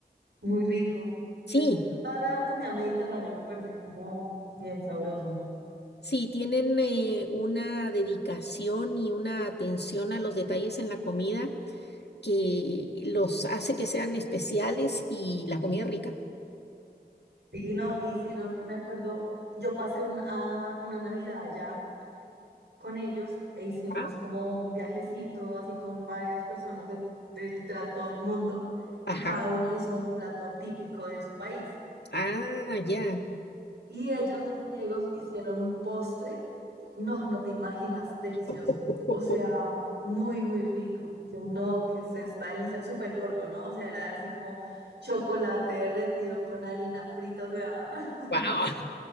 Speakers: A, on the right (about 85°); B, on the left (about 75°).
A: muy rico,
B: sí.
A: pues toda la comida mediterránea me parece como bien sabrosa.
B: Sí, tienen eh, una dedicación y una atención a los detalles en la comida que los hace que sean especiales y la comida es rica.
A: Sí, no, hicieron, me acuerdo, yo pasé una, una Navidad allá con ellos e hicimos
B: Ah,
A: como un viajecito así con varias personas de, de literal todo el mundo y
B: Ajá.
A: cada uno hizo un plato típico de su país.
B: Ah, ya.
A: Y ellos, los griegos, hicieron un postre, no, no te imaginas, delicioso,
B: <laughs>
A: o sea, muy, muy rico. Y Yo no, qué es esta delicia, súper gordo, ¿no? O sea, era así como chocolate derretido con harina frita, o sea, <laughs>
B: Wow.